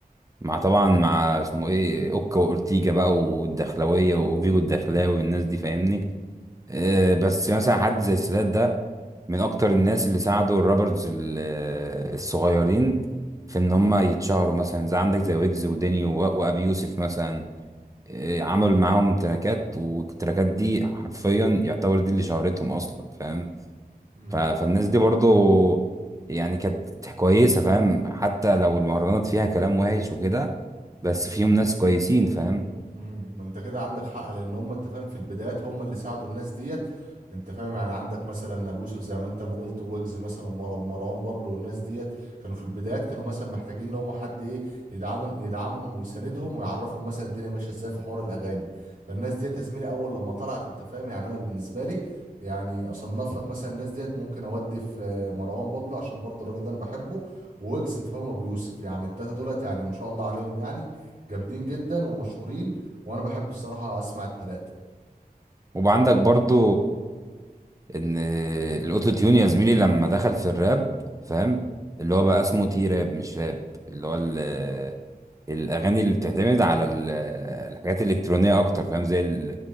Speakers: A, on the right (about 20°); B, on the right (about 55°).
A: مع طبعا مع اسمه ايه اوكا واورتيجا بقى والدخلاويه وفيجو الدخلاوي والناس دي فاهمني آه، بس مثلا حد زي السادات ده من اكتر الناس اللي ساعدوا الرابرز ال- آه، الصغيرين في ان هم يتشهروا مثلا زي عندك زي ويجز ودينيو و- وابي يوسف مثلا آه، عمل معاهم تراكات والتراكات دي حرفيا يعتبر دي اللي شهرتهم اصلا فاهم
B: مم.
A: ف- فالناس دي برضو يعني كانت كويسة فاهم حتى لو المهرجانات فيها كلام وحش وكده بس فيهم ناس كويسين فاهم
B: امم انت كده عندك حق لان هم انت فاهم في البدايات هم اللي ساعدوا الناس ديت انت فاهم يعني عندك مثلا ابو يوسف زي ما انت ما قلت ويجز مثلا ومر- ومروان بابلو والناس ديت كانوا في البدايات كانوا مثلا محتاجين لهم حد ايه يدعمهم يدعمهم ويساندهم ويعرفهم مثلا الدنيا ماشيه ازاي في حوار الاغاني فالناس ديت يا زميلي اول لما طلعت انت فاهم يعني انا بالنسبه لي يعني اصنف لك مثلا الناس ديت ممكن اودي في آه، مروان بابلو عشان برضه الراجل ده انا بحبه ويجز انت فاهم ابو يوسف يعني التلاته دولت يعني ما شاء الله عليهم يعني جامدين جدا ومشهورين وانا بحب الصراحه اسمع التلاتة
A: وعندك برضو ان الاوتو تيون يا زميلي لما دخل في الراب فاهم اللي هو بقى اسمه تي راب مش راب اللي هو ال- الاغاني اللي بتعتمد على ال- الحاجات الالكترونيه اكتر فاهم زي ال-